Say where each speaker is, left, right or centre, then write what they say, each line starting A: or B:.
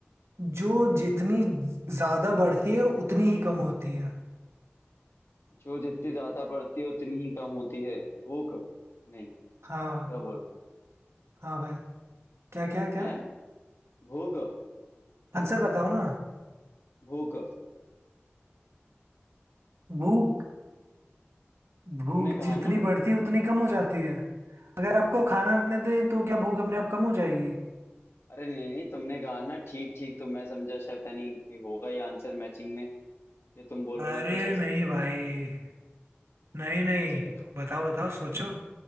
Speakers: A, on the right; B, on the left.
A: जो जितनी ज्यादा बढ़ती है उतनी ही कम होती है
B: जो जितनी ज्यादा बढ़ती है उतनी ही कम होती है भूख नहीं
A: हाँ
B: क्या बोल रहा हूँ
A: हाँ भाई क्या क्या क्या
B: है भूख
A: आंसर बताओ ना
B: भूख
A: भूख भूख
B: तुमने कहा
A: जितनी
B: ना
A: बढ़ती है उतनी कम हो जाती है अगर आपको खाना न दें तो क्या भूख अपने आप कम हो जाएगी
B: अरे नहीं नहीं तुमने कहा ना ठीक ठीक तो मैं समझा शायद नहीं कोई होगा ये आंसर मैचिंग में ये तुम बोल
A: अरे
B: रहे हो कुछ ऐसा
A: नहीं भाई नहीं नहीं
B: अच्छा रुको
A: बताओ बताओ सोचो